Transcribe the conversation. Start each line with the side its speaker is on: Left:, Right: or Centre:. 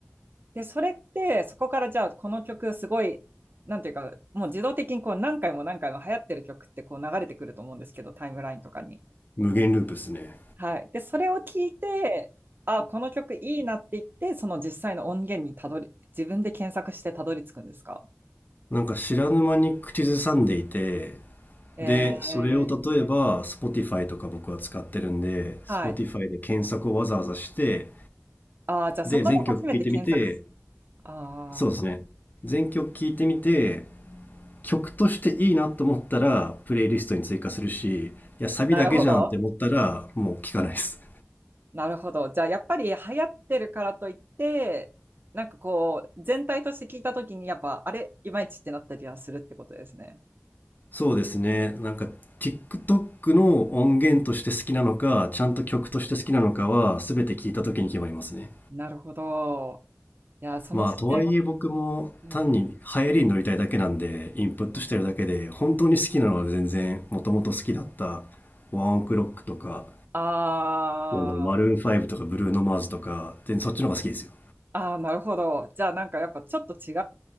Right: で、それって、そこからじゃあ、この曲すごい、なんていうか、もう自動的にこう何回も何回も流行ってる曲ってこう流れてくると思うんですけど、タイムラインとかに。
Left: 無限ループですね。
Right: はい。で、それを聞いて、あ、この曲いいなって言って、その実際の音源にたどり、自分で検索してたどり着くんですか
Left: なんか知らぬ間に口ずさんでいて、
Right: えー、
Left: で、それを例えば Spotify とか僕は使ってるんで、
Right: はい。
Left: Spotify で検索をわざわざして、
Right: あー、じゃあそこで初めて検索す。
Left: で、全曲聴いてみて、
Right: ああ、
Left: そうですね。全曲聴いてみて、曲としていいなと思ったら、プレイリストに追加するし、いや、サビだけじゃんって思ったら、
Right: なるほど。
Left: もう聴かないです。
Right: <laughs> なるほど。じゃあやっぱり流行ってるからといって、なんかこう、全体として聞いたときに、やっぱ、あれ、いまいちってなったりはするってことですね。
Left: そうですね。なんか、TikTok の音源として好きなのか、ちゃんと曲として好きなのかは、全て聴いた時に決まりますね。
Right: なるほど。いや、その視点、
Left: まあ、とはいえ僕も単に流行りに乗りたいだけなんで、
Right: ないね
Left: インプットしてるだけで、本当に好きなのは全然、もともと好きだった、ワンオクロックとか、
Right: あー
Left: なんだろう、マルーン5とかブルーノマーズとか、全然そっちの方が好きですよ。
Right: あー、なるほど。じゃあ、なんかやっぱちょっと違